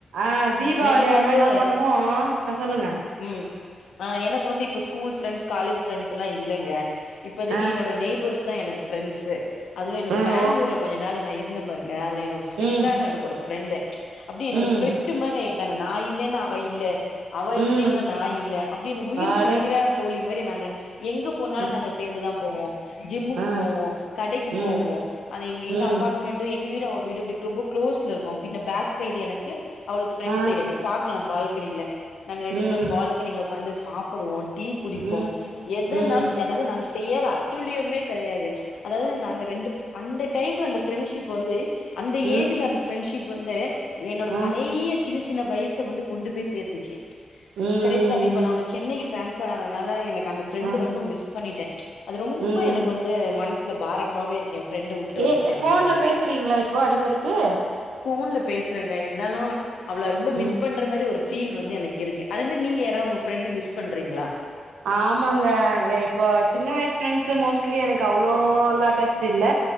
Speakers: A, on the right; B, on the left.
A: ஆமா தீபாவளி
B: எனக்கு
A: ஆனா
B: வந்து
A: என்ன பண்ணுவோ ஆ சொல்லுங்க
B: ம் ஆ எனக்கு வந்து இப்ப ஸ்கூல் ஃப்ரெண்ட்ஸ் காலேஜ் ஃப்ரெண்ட்ஸ்லா இல்லங்க இப்பதைக்கு
A: ஆ
B: என்னோட நெய்பர்ஸ்தா எனக்கு ஃப்ரெண்ட்ஸ்சு அதுவு எனக்கு
A: ம்
B: பெங்ளூர்ல
A: ஓ
B: கொஞ்ச நாளு நா இரு இருந்த பாருங்க அதுல என்னோட ஷிஸ்ஸான்னு
A: ம்
B: எனக்கு ஒரு ஃப்ரெண்டு அப்டி என்னோட
A: ம்
B: பெட் பெட்டு மாரி ஆயிட்டாங்க நா இல்லன்னா அவே இல்ல அவே இல்லன்னா
A: ம்
B: நா இல்ல அப்டின் உயிருக்கு
A: அட
B: உயிரான தோழி மாரி நாங்க எங்கப் எங்க போனாலு
A: ம்
B: நாங்க சேந்துதா போவோ ஜிம்முக்கு
A: ஆ
B: போவோ கடைக்கு
A: ம்
B: போவோ அது இங்க எங்க
A: ம்
B: அப்பார்ட்மெண்ட் எங்க வீடு அவ வீடு அப்டி ரொம்ப க்ளோஸ்ல இருக்கு பின்ன பேக் சைடு எனக்கு அவளுக்கு ஃப்ரண்ட்
A: ஆ
B: சைடு அப்டி பாக்கலா பால்கனில நாங்க ரெண்டு
A: ம்
B: பேரு பால்கனில உக்காந்து சாப்புடுவோ டீ குடிப்போ
A: ம்
B: எதனால
A: ம்
B: அதாது நாங்க செய்யாத அட்டுலியமே கெடையாது அதாவது நாங்க ரெண்டு அந்த டைம்ல அந்த பிரெண்ட்ஷிப் வந்து அந்த
A: ம்
B: ஏஜ்ல
A: ம்
B: அந்த ஃப்ரெண்ட்ஷிப் வந்து என்னோட
A: ம்
B: பழைய சின்ன சின்ன வயசை வந்து கொண்டு போய் சேத்துச்சு
A: ம் ம்
B: லிஸ்ட்லா ரெடி பண்ணாங்க
A: ம்
B: சென்னைக்கு டிரான்ஸ்பர் ஆனனால எனக்கு அந்த ஃப்ரெண்டு
A: ஆ
B: ரொம்ப மிஸ் பண்ணிட்டே அது ரொம்ப
A: ம்
B: எனக்கு வந்து மனசுல பாரமாவே இருக் எ ஃப்ரெண்ட வுட்டு
A: ஏ
B: வந்துட்டனே
A: ஃபோன்ல
B: அப்டின்
A: பேசுறீங்களா இப்போ அடிக்கடிக்கு
B: போன்ல பேசுறங்க இருந்தாலு அவள ரொம்ப மிஸ்
A: ம்
B: பண்ற மாறி ஒரு ஃபீல் வந்து எனக்கு இருக்கு அது மாறி நீங்க யாரையா உங்க ஃப்ரெண்டு மிஸ் பண்றீங்களா
A: ஆமாங்க இப்போ சின்ன வயசு ஃப்ரெண்ட்ஸ் மோஸ்ட்லி எனக்கு அவ்ளோலா அட்டாச் இல்ல